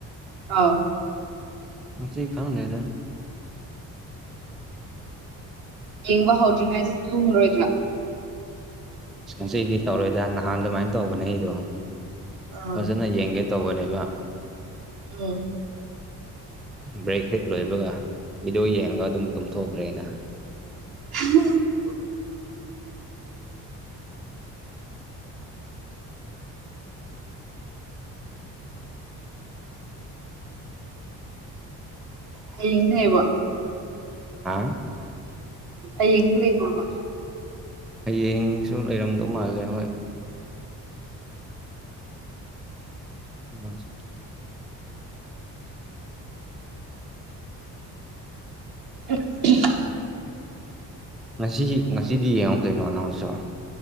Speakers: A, on the right; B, in the centre.
A: ꯑꯥꯎ
B: ꯉꯁꯤ ꯈꯪꯗꯦꯗ
A: ꯌꯦꯡꯕ ꯍꯧꯗ꯭ꯔꯤꯉꯩꯗ ꯇꯨꯝꯔꯣꯏꯗ꯭ꯔꯥ
B: ꯉꯁꯤꯗꯤ ꯇꯧꯔꯣꯏꯗ ꯅꯍꯥꯟ ꯑꯗꯨꯃꯥꯏꯅ ꯇꯧꯕꯅꯦ ꯑꯩꯗꯣ
A: ꯑꯥ
B: ꯐꯥꯖꯅ ꯌꯦꯡꯒꯦ ꯇꯧꯕꯅꯦꯕ
A: ꯎꯝ
B: ꯕ꯭ꯔꯦꯛ ꯍꯦꯛ ꯂꯣꯏꯕꯒ ꯚꯤꯗꯤꯑꯣ ꯌꯦꯡꯉꯒ ꯑꯗꯨꯝ ꯇꯨꯝꯊꯣꯛꯈ꯭ꯔꯦ ꯑꯩꯅ
A: <unintelligible> ꯍꯌꯦꯡꯗꯤ ꯂꯩꯕꯣ
B: ꯍꯥꯥ
A: ꯍꯌꯦꯡꯗꯤ ꯂꯩꯕ꯭ꯔꯣꯕ
B: ꯍꯌꯦꯡꯁꯨ ꯂꯩꯔꯝꯗꯧ ꯃꯥꯜꯂꯦ ꯍꯣꯏ <unintelligible>
A: <unintelligible>
B: ꯉꯁꯤ ꯉꯁꯤꯗꯤ ꯌꯦꯡꯉꯣ ꯀꯩꯅꯣ ꯅꯪꯁꯨ